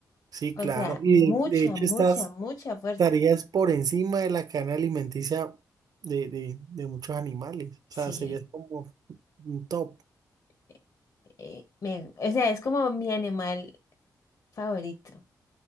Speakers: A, on the right; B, on the left.
A: Sí,
B: O
A: claro.
B: sea,
A: Y
B: mucha,
A: de de hecho
B: mucha,
A: estás...
B: mucha fuerza.
A: Estarías por encima de la cadena alimenticia de, de, de muchos animales.
B: Sí.
A: O sea, serías como un top.
B: eh, eh, me- o sea, es como mi animal favorito,